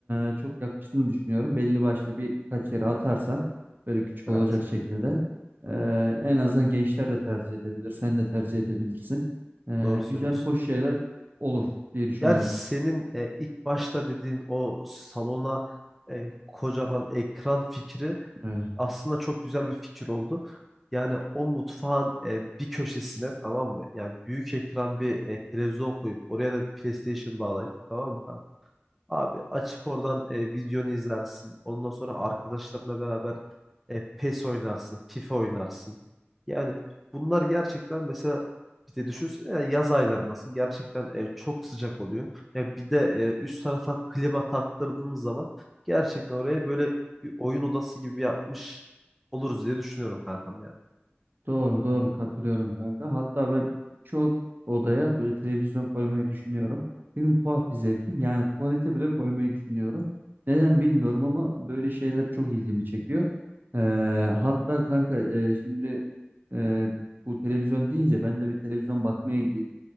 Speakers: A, on the right; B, in the centre.
A: e, çok yakıştığını düşünüyorum. Belli başlı birkaç yere atarsan böyle küçük
B: Evet.
A: olacak şekilde e,
B: Hı hı,
A: en azından gençler de tercih edebilir. Sen de tercih edebilirsin. E,
B: doğru söylüyorsun.
A: güzel, hoş şeyler olur diye düşünüyorum.
B: Yani senin e, ilk başta dediğin o salona e, kocaman ekran fikri
A: Evet.
B: aslında çok güzel bir fikir oldu. Yani o mutfağın e, bir köşesine tamam mı? Yani büyük ekran bir e, televizyon koyup oraya da bir PlayStation bağlayıp tamam mı? Abi açıp oradan e, videonu izlersin. Ondan sonra arkadaşlarınla beraber e, PES oynarsın, FIFA oynarsın. Yani bunlar gerçekten mesela bir de düşünsene ya yaz aylarındasın. Gerçekten e, çok sıcak oluyor. Ya bir de e, üst tarafa klima taktırdığımız zaman gerçekten oraya böyle bir oyun odası gibi yapmış oluruz diye düşünüyorum kankam yani.
A: Doğru doğru katılıyorum kanka. Hatta ben çok odaya böyle televizyon koymayı düşünüyorum. Benim tuhaf bir zevkim. Yani tuvalete bile koymayı düşünüyorum. Neden bilmiyorum ama böyle şeyler çok ilgimi çekiyor. Ee, hatta kanka e, şimdi e, bu televizyon deyince ben de bir televizyon bakmaya gideyim.